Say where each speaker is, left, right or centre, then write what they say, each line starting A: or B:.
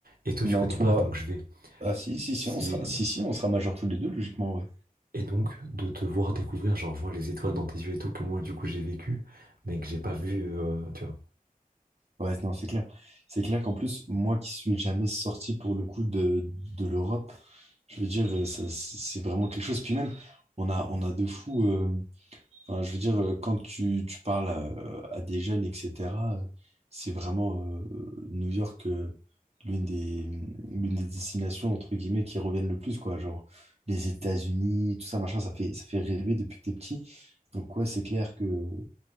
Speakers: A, on the right; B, on the right.
A: Et toi,
B: Non,
A: tu connais
B: toi,
A: pas, donc je vais.
B: ah si, si, si,
A: Si,
B: on sera, si, si, on sera majeur tous les deux, logiquement, ouais.
A: Et donc, de te voir découvrir, genre, voir les étoiles dans tes yeux et tout, que moi, du coup, j'ai vécu, mais que j'ai pas vu, euh, tu vois.
B: Ouais, non, c'est clair. C'est clair qu'en plus, moi qui suis jamais sorti pour le coup de, de l'Europe, je veux dire, euh, ça, c'est c'est vraiment quelque chose. Puis même, on a, on a de fous. Enfin, je veux dire, euh, quand tu, tu parles à, à des jeunes, etc., euh, c'est vraiment euh, New York, euh, l'une des, l'une des destinations, entre guillemets, qui reviennent le plus, quoi. Genre, les États-Unis, tout ça, machin, ça fait, ça fait rêver depuis que t'es petit. Donc, ouais, c'est clair que